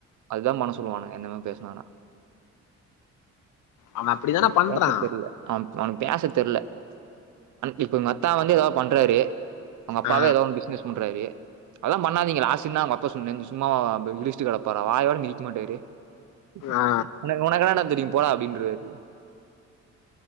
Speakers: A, on the right; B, on the left.
A: அதா பண்ண சொல்லுவாங்க இந்த மாறி பேஸ்னா
B: அவ அப்டிதான
A: உம்
B: பண்றா
A: பேசத்தெர்ல அவ அவனுக்கு பேச தெர்ல இப்ப அத்தா வந்து எதா பண்றாரு அவுங்க அப்பாவே
B: ஆ
A: ஏதா ஒன் பிசுனஸ் பண்றாரு அதா பண்ணாதீங்க லாசின் தா அவுங்க அப்பா சொன்ன சும்மாவ இடுச்ட்டு கெடப்பாற வாயோட மிதிக்க மாட்டாரு உ
B: ஆ
A: ஒனக்கு என்ன டா தெரியு போடா அப்டின்ருவாறு